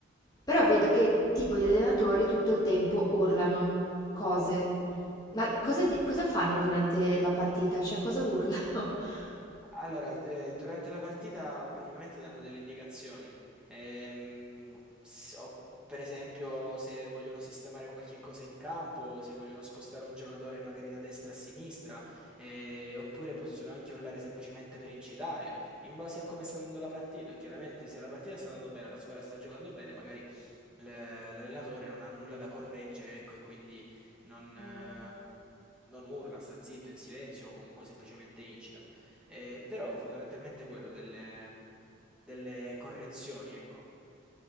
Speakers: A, on the left; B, in the centre.
A: Però vedo che tipo gli allenatori tutto il tempo urlano cose. Ma cosa, di- cosa fanno durante la partita? Cioè, cosa urlano? <laughs>
B: Allora, eh, durante la partita praticamente danno delle indicazioni. Ehm, s- o- per esempio, se vogliono sistemare qualche cosa in campo, se vogliono spostare un giocatore magari da destra a sinistra, eh, oppure possono anche urlare semplicemente per incitare, in base a come sta andando la partita. Chiaramente, se la partita sta andando bene, la squadra sta giocando bene, magari l- l'allenatore non ha nulla da correggere, ecco, e quindi non, eh,
A: Ah, ok.
B: non urla, sta zitto in silenzio o comunque semplicemente incita. Eh, però fondamentalmente quello delle, delle correzioni, ecco.